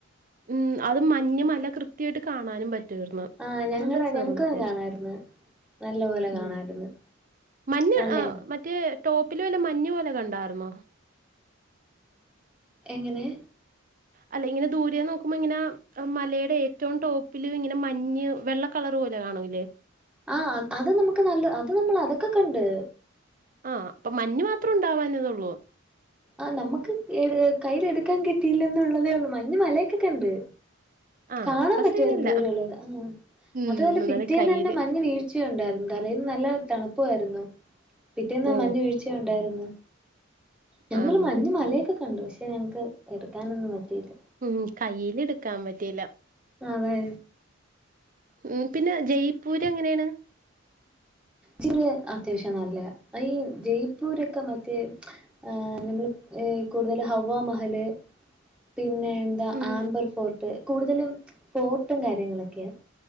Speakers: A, on the right (about 40°); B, in the centre.
A: ഉം അത് മഞ്ഞ്മല കൃത്യായിട്ട് കാണാനും പ റ്റാർന്നു
B: ആഹ് ഞങ്ങടെ
A: നല്ല രസാർന്നു
B: ഞങ്ങക്കും
A: അത്യാവശ്യം
B: കാണായിരുന്നു നല്ല പോലെ
A: ഉം
B: കാണായിരുന്നു
A: മഞ്ഞ്
B: നല്ലായിരുന്നു
A: ആഹ് മറ്റേ ടോപ്പിലോല്ലെ മഞ്ഞു പോലെ കണ്ടാർന്നോ
B: എങ്ങനെ
A: അല്ല ഇങ്ങനെ ദൂരെന്ന് നോക്കുമ്പോ ഇങ്ങനെ മലേടെ ഏറ്റും ടോപ്പില് ഇങ്ങനെ മഞ്ഞ് വെള്ള കളറ് പോലെ കാണുലേ
B: ആഹ് അത് നമുക്ക് നല്ല അത് നമ്മള് അതൊക്കെ കണ്ട്.
A: ആഹ് അപ്പൊ മഞ്ഞ് മാത്രം ഉണ്ടാവാഞ്ഞതൊള്ളോ
B: ആഹ് നമക്ക് ഏത് കയ്യ്ല് എട്ക്കാൻ കിട്ടിലാന്ന്ള്ളതേ ഒള്ളൂ മഞ്ഞ് മലയൊക്കെ കണ്ട്
A: ആഹ്
B: കാണാൻ
A: അപ്പ
B: പറ്റുവാര്ന്നു
A: സീനില്ല
B: ദൂരെള്ളത് ആഹ്
A: ഉം
B: അതു അല്ല
A: എന്നാലും
B: പിറ്റേന്നന്നെ
A: കയ്യില്
B: മഞ്ഞ് വീഴ് ച്ച്യണ്ടാർന്നു തലേന്ന് നല്ല തണ്പ്പുവായിരുന്നു പിറ്റേന്ന്
A: ഓ
B: മഞ്ഞ് വീഴ്ച്ച്യണ്ടായിരുന്നു. ഞങ്ങള്
A: ആഹ്
B: മഞ്ഞ് മലയൊക്കെ കണ്ടു പക്ഷെ ഞങ്ങക്ക് എട്ക്കാനൊന്നും പറ്റിയില്ല.
A: ഉം കയ്യിലിട്ക്കാൻ പറ്റീല
B: അതെ
A: ഉം പിന്നെ ജയ്പൂര് എങ്ങനാണ്
B: ചിറേ അത്യാവശ്യം നല്ലയ അയീ ജയ്പൂരൊക്കെ മറ്റേ ഏഹ് നമ്മള് ഏ കൂട്തല് ഹവ്വ മഹല് പിന്നെ എന്താ
A: ഉം
B: ആംബർ ഫോർട്ട് കൂടുതലും ഫോർട്ടും കാര്യങ്ങളൊക്കെയാ